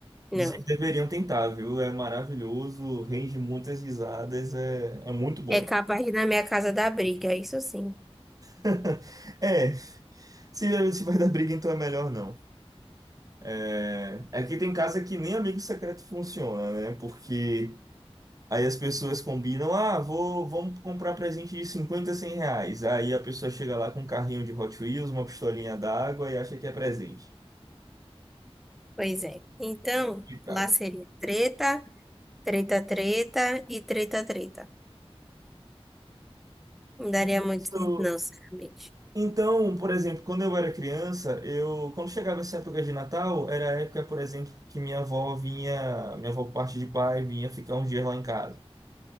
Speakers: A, in the centre; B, on the right (about 35°).
A: Não.
B: Vocês deveriam tentar, viu? É maravilhoso, rende muitas risadas, é, é muito bom.
A: É capaz de na minha casa dar briga, isso sim.
B: <laughs> É, se, se vai dar briga, então é melhor não. É, aqui tem casa que nem amigo secreto funciona, né? Porque aí as pessoas combinam, ah, vou, vamos comprar presente de 50 100 reais. Aí a pessoa chega lá com um carrinho de Hot Wheels, uma pistolinha d'água e acha que é presente.
A: Pois é. Então,
B: Complicado.
A: lá seria treta, treta, treta e treta, treta. Não daria muito
B: Isso
A: certo, não, sinceramente.
B: Então, por exemplo, quando eu era criança, eu quando chegava essa época de Natal, era a época, por exemplo, que minha avó vinha, minha avó por parte de pai vinha ficar uns dias lá em casa.